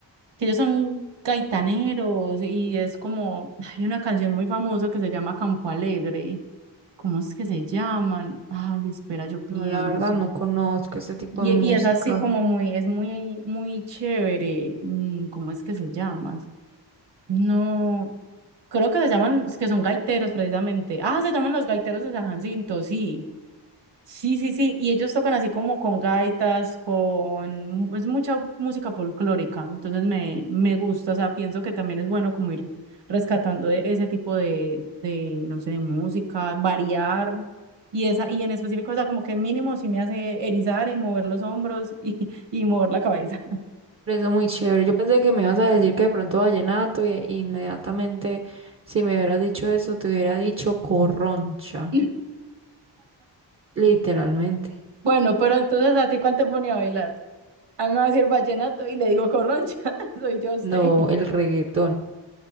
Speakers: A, on the right (about 65°); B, on the right (about 30°).
A: que ellos son gaitaneros y es como, hay una canción muy famosa que se llama Campo Alegre. ¿Cómo es que se llaman? Ay, espera, yo pienso.
B: No, la verdad, no conozco ese tipo
A: Y,
B: de música.
A: y es así como muy, es muy, muy chévere. Mm, ¿Cómo es que se llaman? No, creo que se llaman, es que son gaiteros precisamente. Ah, se llaman los gaiteros de San Jacinto, sí. Sí, sí, sí, y ellos tocan así como con gaitas, con... es mucha música folclórica, entonces me, me gusta, o sea, pienso que también es bueno como ir rescatando de- ese tipo de, de, no sé, de música, variar, y esa, y en específico, o sea, como que mínimo sí me hace erizar y mover los hombros y, <laughs> y mover la cabeza.
B: Eso muy chévere. Yo pensé que me ibas a decir que de pronto vallenato y y inmediatamente si me hubieras dicho eso, te hubiera dicho corroncha,
A: <laughs>
B: literalmente.
A: Bueno, pero entonces, ¿a ti cuál te ponía a bailar? A mí me va a decir vallenato y le digo corroncha, <laughs> soy yo a usted.
B: No, el reggaetón,